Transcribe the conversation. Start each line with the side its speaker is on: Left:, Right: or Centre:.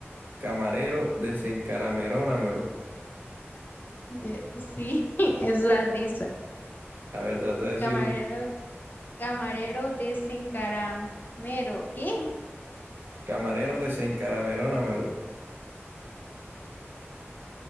Right: camarero desencaramerónamelo.
Left: Eh, sí, <laughs> es la risa.
Right: A ver, trata de decirlo.
Left: Camarero, camarero desencaramero. ¿Qué?
Right: Camarero desencaramerónamelo.